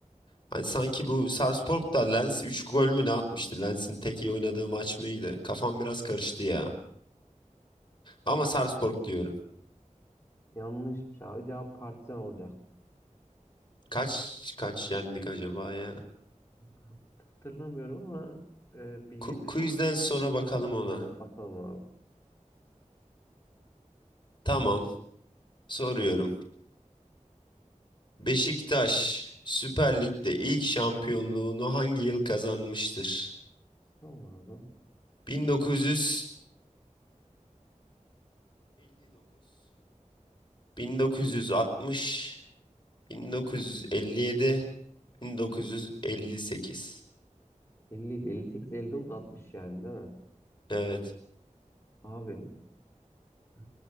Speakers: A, on the left (about 40°); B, on the left (about 20°).
A: Hani sanki bu Sarpsborg da Lens 3 gol mü ne atmıştı? Lens'in tek iyi oynadığı maç mıydı? Kafam biraz karıştı ya. Ama Sarpsborg diyorum.
B: Yanlışmış abi. Cevap partizan olacaktı.
A: Kaç kaç yendik acaba ya?
B: Hat- Hatırlamıyorum ama e, bir yedi
A: Ku- Quizden sonra bakalım ona.
B: aynen bakalım abi.
A: Tamam. Soruyorum. Beşiktaş Süper Lig'de ilk şampiyonluğunu hangi yıl kazanmıştır?
B: Tamam abi.
A: 1959, 1960, 1957, 1958.
B: 50 58, 59, 60 yani değil mi?
A: Evet.
B: Abi e,